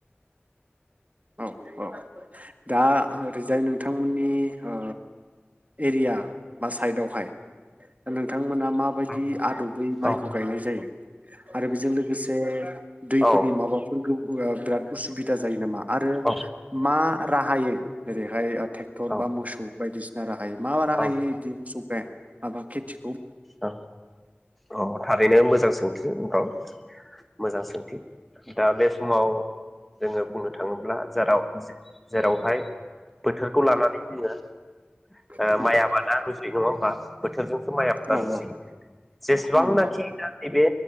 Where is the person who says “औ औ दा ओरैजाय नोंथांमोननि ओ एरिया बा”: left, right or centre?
Right